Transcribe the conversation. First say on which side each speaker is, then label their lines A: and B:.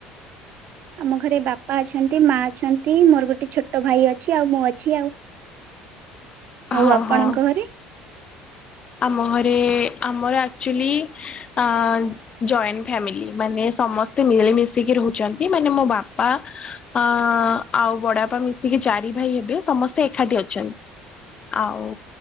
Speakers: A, on the right (about 55°); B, on the left (about 35°).
A: ଆମ ଘରେ ବାପା ଅଛନ୍ତି ମା ଅଛନ୍ତି ମୋର ଗୋଟେ ଛୋଟ ଭାଇ ଅଛି ଆଉ ମୁଁ ଅଛି ଆଉ।
B: <inaudible>
A: ଆଉ
B: ହଁ
A: ଆପଣଙ୍କ
B: ହଁ
A: ଘରେ?
B: ଆମ ଘରେ ଆମର ଆକ୍ଚୁଆଲି ଆ ଜଏଣ୍ଟ ଫାମିଲି ମାନେ ସମସ୍ତେ ମିଳିମଶିକି ରହୁଛନ୍ତି ମାନେ ମୋ ବାପା ଅ ଆଉ ବଡାପା ମିଶିକି ଚାରି ଭାଇ ହେବେ ସମସ୍ତେ ଏକାଠି ଅଛନ୍ତି। ଆଉ